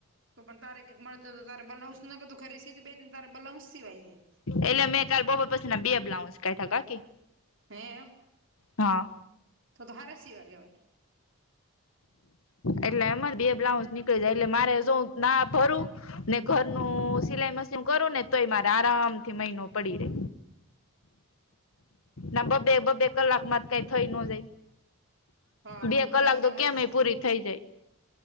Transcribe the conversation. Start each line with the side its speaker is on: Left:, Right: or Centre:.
Right: તો પણ તારે કક મળત તારે બનાવશું ત ખરે સીધ બે જ તાર બલાઉસ સિવાય છેાય
Left: એટલે મેં કાલે બોપર પછી ના બેબ લાવ કાઠા કાકી
Right: હે
Left: હા
Right: તો તો હારસી વાગે ભાઈ
Left: એટલે એમાં જ બે બ્લાઉસ નીકળી જાય એટલે મારે શ ના ભરું ને ઘરનું સિલાઈ મશીન કરો ને તો એ મારે આરામ થી મહિનો પડી રે નમબ બેગબ બે લાગ માતક થઈ ન જાય
Right: હા હા
Left: બે
Right: ઈ
Left: કલાક
Right: વાત
Left: તો
Right: એ હાસી
Left: કેમેય પૂરી થઈ જાય